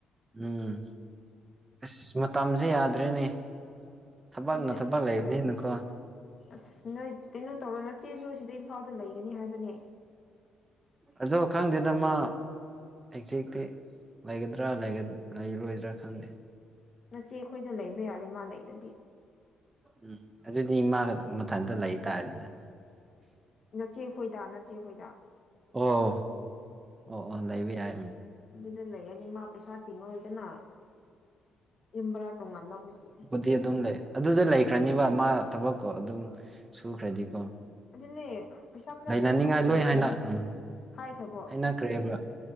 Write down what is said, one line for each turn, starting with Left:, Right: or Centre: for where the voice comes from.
Right: ꯎꯝ ꯑꯁ ꯃꯇꯝꯁꯦ ꯌꯥꯗ꯭ꯔꯦꯅꯦ ꯊꯕꯛꯅ
Left: ꯑꯗꯨꯅꯦ
Right: ꯊꯕꯛ ꯂꯩꯕꯅꯤꯅꯀꯣ
Left: ꯑꯁ ꯅꯣꯏ ꯀꯩꯅꯣ ꯇꯧꯔ ꯅꯠꯇꯦꯁꯨ ꯁꯤꯗ ꯏꯝꯐꯥꯜꯗ ꯂꯩꯒꯅꯤ ꯍꯥꯏꯕꯅꯦ
Right: ꯑꯗꯣ ꯈꯪꯗꯦꯗ ꯃꯥ ꯑꯦꯛꯖꯦꯛꯇꯤ ꯂꯩꯒꯗ꯭ꯔꯥ ꯂꯩꯔꯣꯏꯗ꯭ꯔꯥ ꯈꯪꯗꯦ
Left: ꯅꯆꯦ ꯑꯩꯈꯣꯏꯗ ꯂꯩꯕ ꯌꯥꯔꯦ ꯃꯥ ꯂꯩꯔꯗꯤ
Right: ꯎꯝ ꯑꯗꯨꯗꯤ ꯏꯃꯥ ꯈ ꯃꯊꯟꯇ ꯂꯩꯇꯥꯥꯔꯅ
Left: ꯅꯆꯦ ꯑꯩꯈꯣꯏꯗ ꯅꯆꯦꯈꯣꯏꯗ
Right: ꯑꯣ ꯑꯣ ꯑꯣ ꯂꯩꯕ ꯌꯥꯏ ꯎꯝ
Left: ꯑꯗꯨꯗ ꯂꯩꯔꯅꯤ ꯃꯥ ꯄꯩꯁꯥ ꯇꯤꯡꯉꯣꯏꯗꯅ ꯌꯨꯝꯕ꯭ꯔꯥ ꯇꯣꯡꯉꯥꯟ ꯂꯧꯔꯗꯤ
Right: ꯗꯤ ꯑꯗꯨꯝ ꯂꯩ ꯑꯗꯨꯗ ꯂꯩꯈ꯭ꯔꯅꯤꯕ ꯃꯥ ꯊꯕꯛꯀꯣ ꯑꯗꯨꯝ ꯁꯨꯈ꯭ꯔꯗꯤꯀꯣ
Left: ꯑꯗꯨꯅꯦ ꯄꯩꯁꯥ ꯈꯔ
Right: ꯂꯩꯅꯅꯤꯡꯉꯥꯏ
Left: ꯈꯔ ꯊꯣꯛꯄꯅ
Right: ꯂꯣꯏ ꯍꯥꯏꯅ
Left: ꯐꯩ
Right: ꯎꯝ
Left: ꯍꯥꯏꯈ꯭ꯔꯕꯣ
Right: ꯍꯥꯏꯅ ꯈ꯭ꯔꯦꯕ